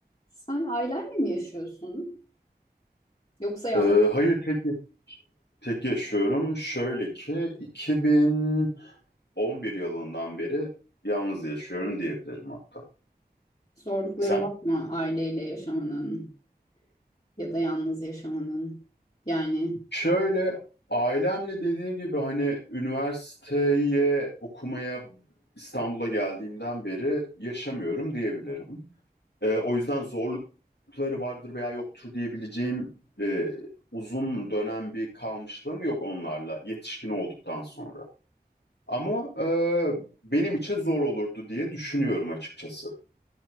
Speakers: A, on the left; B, on the left.
A: Sen ailenle mi yaşıyorsun? Yoksa yalnız
B: Ee, hayır tek tek yaşıyorum. Şöyle ki 2011 yılından beri yalnız yaşıyorum diyebilirim hatta.
A: zorlukları
B: Sen?
A: var mı aileyle yaşamanın ya da yalnız yaşamanın? Yani
B: Şöyle ailemle dediğim gibi hani üniversiteye okumaya İstanbul'a geldiğimden beri yaşamıyorum diyebilirim. Ee, o yüzden zorlukları vardır veya yoktur diyebileceğim e, uzun dönem bir kalmışlığım yok onlarla yetişkin olduktan sonra. Ama e, benim için zor olurdu diye düşünüyorum açıkçası.